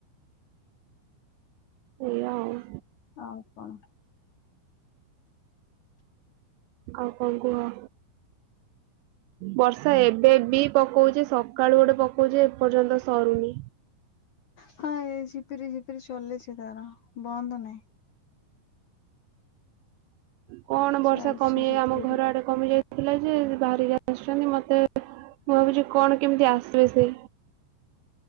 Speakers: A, on the right (about 85°); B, on the left (about 65°).
A: ସେଇଆ ଆଉ।
B: ଆଉ କଣ?
A: ଆଉ କଣ କୁହ? ବର୍ଷା ଏବେ ବି ପକଉଚି ସକାଳୁ ଗୋଟେ ପକଉଛି ଏପର୍ଯ୍ୟନ୍ତ ସରୁନି
B: ହଁ ଏ ଝିପିରି ଝିପିରି ଚଲେଇଛି ତାର ବନ୍ଦ ନାହିଁ
A: କଣ ବର୍ଷା
B: ଚାଲିଛି
A: କମିଏ
B: ଝିପିରି
A: ଆମ ଘର ଆଡେ କମି ଯାଇଥିଲା ଯେ ବାହାରିକି ଆସିଛନ୍ତି ମତେ ମୁଁ ବାବୁଛି କଣ କେମିତି ଆସିବ ସେ